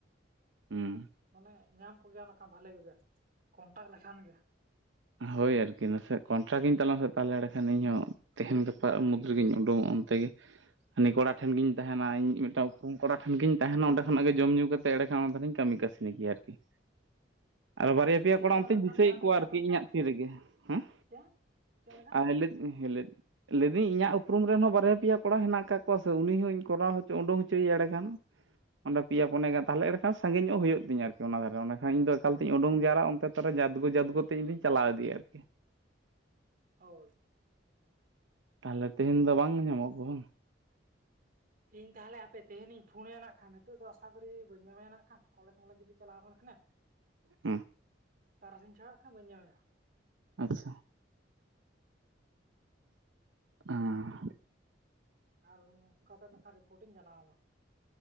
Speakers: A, on the right; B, on the right.
A: ᱦᱮᱸ
B: ᱢᱟᱱᱮ ᱧᱟᱢ ᱠᱚᱜᱮᱭᱟ ᱱᱟᱠᱷᱟ ᱵᱷᱟᱞᱮ ᱠᱚᱜᱮ ᱠᱚᱱᱴᱟᱠ ᱞᱮᱠᱷᱟᱱ ᱜᱮ
A: ᱦᱳᱭ ᱟᱨᱠᱤ ᱱᱟᱥᱮ ᱠᱚᱱᱴᱨᱟᱠᱴᱧᱟᱞᱟ ᱱᱟᱥᱮ ᱛᱟᱦᱚᱞᱮ ᱮᱸᱰᱮ ᱠᱷᱟᱱ ᱤᱧᱦᱚᱸ ᱛᱟᱦᱮᱣ ᱜᱟᱯᱟ ᱢᱩᱫᱽ ᱨᱮᱜᱤᱧ ᱩᱰᱩᱠᱚᱜᱼᱟ ᱚᱱᱛᱮ ᱜᱮ᱾ ᱦᱟᱱᱤ ᱠᱚᱲᱟ ᱴᱷᱮᱱ ᱜᱤᱧ ᱛᱟᱦᱮᱱᱟ, ᱤᱧ ᱢᱤᱫᱴᱟᱝ ᱩᱯᱨᱢ ᱠᱚᱲᱟ ᱴᱷᱮᱱ ᱜᱤᱧ ᱛᱟᱦᱮᱱᱟ, ᱚᱸᱰᱮᱚᱱᱟᱜ ᱜᱮ ᱡᱚᱢᱧ ᱧᱩ ᱠᱟᱛᱮ ᱮᱲᱮ ᱠᱷᱟᱱ ᱚᱱᱟᱤᱧ ᱠᱟᱹᱢᱤ ᱠᱟᱹ <unintelligible> ᱟᱨᱠᱤ ᱟᱨᱚ ᱵᱟᱨᱭᱟ ᱯᱮᱭᱟ
B: ᱛᱮᱦᱮᱧ
A: ᱠᱚᱲᱟ ᱚᱱᱛᱮᱧ
B: ᱫᱚ ᱱᱟᱜ ᱠᱷᱟᱱ
A: ᱫᱤᱥᱟᱹᱭᱮᱫ
B: ᱵᱟᱝ
A: ᱠᱚᱣᱟ
B: ᱦᱩᱭᱩᱜᱼᱟ
A: ᱟᱨ
B: ᱱᱟᱜ
A: ᱤᱧᱟᱹᱜ
B: ᱠᱷᱟᱱ
A: ᱛᱤ ᱨᱮᱜᱮ ᱦᱮᱸ
B: ᱪᱮᱫ ᱪᱮᱫ ᱞᱮᱠᱟ
A: ᱟᱨ ᱞᱤ ᱞᱤ ᱞᱟᱹᱭᱫᱟᱹᱧ ᱤᱧᱟᱹᱜ ᱩᱯᱨᱩᱢ ᱨᱮᱱ ᱦᱚᱸ ᱵᱟᱨᱭᱟ ᱯᱮᱭᱟ ᱠᱚᱲᱟ ᱦᱮᱱᱟᱜ ᱟᱠᱟᱫ ᱠᱚᱣᱟ ᱥᱮ ᱩᱱᱤ ᱦᱚᱸᱧ ᱠᱚᱨᱟᱣ ᱦᱚᱪᱚ ᱩᱰᱩ ᱦᱚᱪᱚᱭᱮᱭᱟ ᱮᱸᱲᱮ ᱠᱷᱟᱱ᱾ ᱚᱸ ᱯᱮᱭᱟ ᱯᱚᱱᱭᱟ ᱛᱟᱦᱮ ᱮᱱᱠᱷᱟᱱ ᱥᱟᱸᱜᱤᱧ ᱧᱚᱜ ᱦᱩᱭᱩᱜ ᱛᱤᱧᱟ ᱟᱨᱠᱤ ᱚᱱᱟ ᱫᱷᱟᱨᱮᱸᱰᱮᱠᱷᱟᱱᱧ ᱫᱚ ᱮᱠᱟᱞ ᱛᱮᱧ ᱩᱰᱩᱝ ᱡᱟᱣᱨᱟᱜᱼᱟ, ᱛᱮ ᱛᱟᱦᱚᱞᱮ ᱡᱟᱫᱽᱜᱚ ᱡᱟᱫᱽᱜᱚ ᱛᱮ ᱤᱧᱫᱩᱧ ᱪᱟᱞᱟᱣ ᱤᱫᱤᱭᱟ ᱟᱨᱠᱤ᱾
B: ᱦᱳᱭ᱾
A: ᱛᱟᱦᱚᱞᱮ ᱛᱮᱦᱮᱧ ᱫᱚ ᱵᱟᱝ ᱧᱟᱢᱚᱜᱼᱟ ᱜᱩᱦᱩᱢ᱾ <inaudible>
B: ᱤᱧ ᱛᱟᱦᱚᱞᱮ ᱟᱯᱮ ᱛᱮᱦᱮᱧᱤᱧ ᱯᱷᱳᱱᱟᱭᱟ ᱱᱟᱜ ᱠᱷᱟᱱ ᱱᱤᱛᱚᱜ ᱫᱚ ᱟᱥᱟ ᱠᱚᱨᱤ ᱵᱟᱹᱧ ᱧᱟᱢᱮ ᱱᱟᱜ ᱠᱷᱟᱱ ᱠᱚᱞᱮᱡᱽ ᱢᱚᱞᱮᱡᱽ ᱡᱩᱫᱤ ᱪᱟᱞᱟᱣ ᱟᱠᱟᱱᱟ ᱠᱷᱟᱱᱮ᱾
A: ᱩᱸ,
B: ᱛᱟᱨᱟᱥᱤᱧ ᱪᱷᱟᱲᱟᱜ ᱠᱷᱟᱱ ᱵᱟᱹᱧ ᱧᱟᱢᱮᱭᱟ᱾
A: ᱟᱪᱪᱷᱟ᱾ ᱚᱸ᱾
B: ᱟᱨ ᱩᱱᱠᱟ ᱠᱟᱛᱮ ᱱᱚᱠᱷᱟᱱ ᱨᱤᱯᱳᱨᱴ ᱤᱧ ᱡᱟᱱᱟᱣ ᱟᱢᱟ,